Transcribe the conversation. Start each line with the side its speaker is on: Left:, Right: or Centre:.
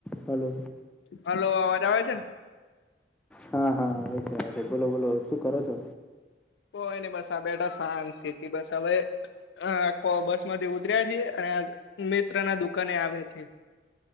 Centre: Hello
Left: hello અવાજ આવે છે ને
Centre: હા હા આવે છે આવે છે. બોલો બોલો શું કરો છો?
Left: કોય ની બસ આ બેઠા શાંતિથી બસ હવે અ કો બસમાંથી ઉતર્યા છીએ અને મિત્રના દુકાને આવ્યા છે.